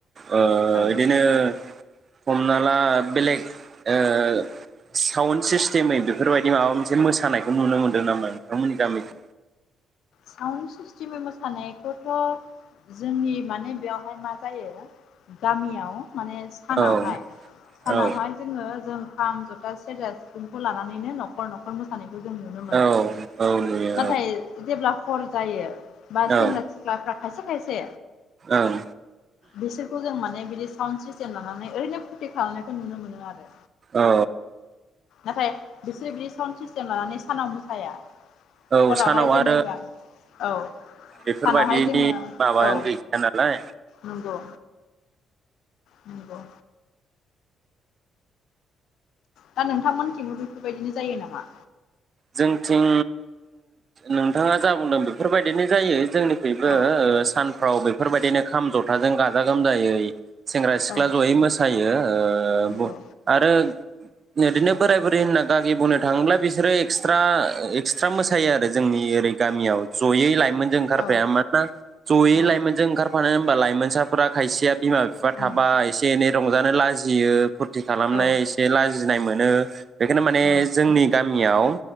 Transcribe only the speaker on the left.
औ औ
साउन्ड सिस्टेमै मोसानायखौथ' जोंनि माने बेवहाय मा जायो गामियाव माने सानावहाय
सानावहाय
जोङो जों खाम जथा सेरा सिफुंखौ लानानैनो न'खर न'खर मोसानायखौ जों नुनो मोनो
नाथाय जेब्ला हर जायो बा सेंग्रा
सिख्लाफ्रा खायसे खायसे
बिसोरखौ जों माने दि साउन्ड सिस्टेम लानानै ओरैनो फुरति खालामनायखौ नुनो मोनो आरो
नाथाय बिसोरो बिदि साउन्ड सिस लानानै सानाव मोसाया
हरावहाय
जेनेबा औ
सानावहाय जोङो
औ
नंगौ नंंगौ दा नोंथांमोनखैबो बेफोरबायदिनो जायो नामा
औ
औ
नंगौ
औ
अ
उम
औ
औ